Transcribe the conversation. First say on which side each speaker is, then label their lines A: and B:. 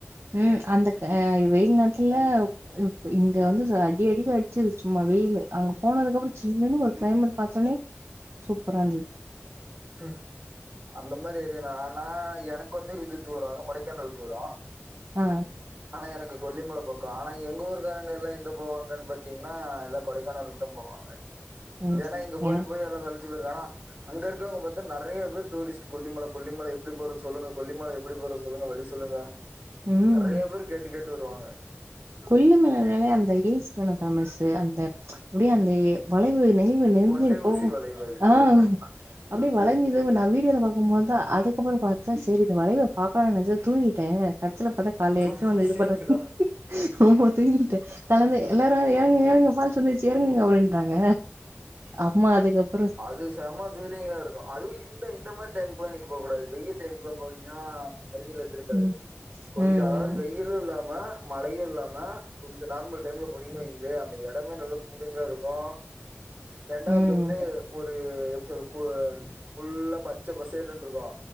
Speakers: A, on the right; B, on the right.
A: ம் அந்த க வெயில் நேர்த்துல இங்க வந்து ச அடி அடிங்கு அடிச்சுது சும்மா வெயிலு அங்க போனதுக்கப்புறோ ஜில்லுனு ஒரு கிளைமேட் பாத்தோனே சூப்பரா இருந்தது
B: ம் அந்த மாரி ஏரியானா ஆனா எனக்கு வந்து இது தூரோ கொடைக்கானல் தூரோ
A: ஆ
B: ஆனா எனக்கு கொல்லிமல பக்கோ ஆனா எங்க ஊருக்காரங்க எல்லா எங்க போவாங்கன் பாத்தீங்னா எல்லா கொடைக்கானலுக் தா போவாங்க
A: ம்
B: ஏனா இங்க போய்
A: எனக்கு
B: போய் எல்லா சலு ச்சுகுரு ஆனா அங்க இருக்கிறவ்ங்க பாத்த நெறைய பேரு டூரிஸ்ட் கொல்லிமல கொல்லிமல எப் புடி போறது சொல்லுங்க கொல்லிமல எப்புடி போறது சொல்லுங்க வழி சொல்லுங்க
A: ம்
B: நெறையா பேரு கேட்டு கேட்டு வருவாங்க
A: கொல்லுமலனாலே அந்த ஹில்ஸ் தான பேமஸ்ஸு அந்த அப்டியே அந்த எ வளைவு நெழிவு நெளிஞ்சுனு
B: கொண்டை ஊசி
A: போவோ
B: வளைவு அது
A: ஆ
B: பேரு.
A: அப்புடி வளஞ்சு தெர்வ நா வீடியோல பாக்குமோதா அதுக்கப்புறோ பாத்தா செரி இந்த வளைவ பா்க்கலான் நெனச்ச தூங்கிட்டே கடுச்சுல பார்த்தா கால்ல
B: புரிஞ்சுதுங்களா?
A: என்ச்சு வந்து இது பண்ற ஓ தூங்கிட்டே கடந்த எல்லாரு வாங்க எறங்குங்க எறங்குங்க ஃபால்ஸ் வந்துர்ச்சு எறங்குங்க அப்புடின்றாங்க ஆமா அதுக்கப்
B: அது செம ஃபீலிங்கா இரு அதுவு இந்த இந்த மாரி டைமுக்குலா நீங்க போ கூடாது டெயலியு டைமு்க்குல்ல போனீங்கனா அறிவியல் இருந்திருக்காது
A: ம்
B: கொஞ்சோ
A: ம்
B: அதாவ்து வெய் யிலு இல்லாம மழையு இல்லாம கொஞ்சோ நார்மல் டைம்ல போணீங்கன் வைஙளே அந்த எடமே நல்லா முடிங்கா இருக்கு ரெண்டாவது
A: ம்
B: வந்து
A: ம்
B: ஒரு எப்டி சொல் குளு ஃபுல்லா பச்சப்பசேறுன்ட்டுருக்கு